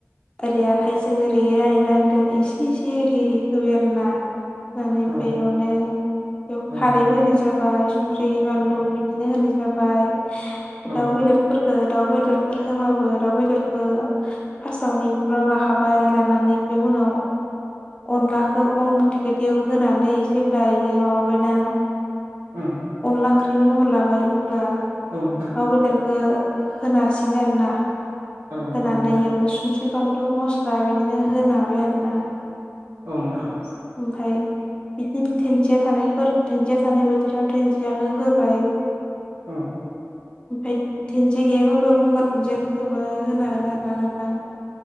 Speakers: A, on the left (about 20°); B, on the right (about 60°).
A: ओरै आखाइजों ओरै रानै रानै रानै एसे एसे ओरै ओरि होबाय आरो ना। होनानै ओमफाय
B: औ
A: इयावनो बेयाव
B: औ नोंथां
A: खारैबो होनाय जाबाय संख्रि बानलु बिदिनो होनाय जाबाय मफ्राय
B: औ
A: दाउ बेदर फोरख' दाउ बेदरफोर होबाबो दाउ बेदरखौ फास्टावनो एखनानै लाखा फाय लानानै बे उनाव अनलाखौ अन गुन्न्दैखौ दैयाव होनानै जेब्लायो माबाबायना
B: ओ
A: अनला ओंख्रिनि महर लाबाय अब्ला
B: औ नोंथां
A: दाउ बेदरखौ होनो हासिगोन आरोना
B: औ नोंथां औ
A: होनानै
B: नंगौ नोंथां
A: इयावनो संख्रि बानलु मस्ला बिदिनो होनो हाबाय आरोना।
B: औव नोंथां।
A: ओमफ्राय बिदिनो दुन्दिया थानायफोर दुन्दिया थानायानाय बोथोराव दुुनन्दियाखौ होबाय
B: औ
A: ओमफफ्राय दुन्दिया गैयाबाबो गंगार दुुनदियाफोरखौबो होनागोन आरोना नोंथां।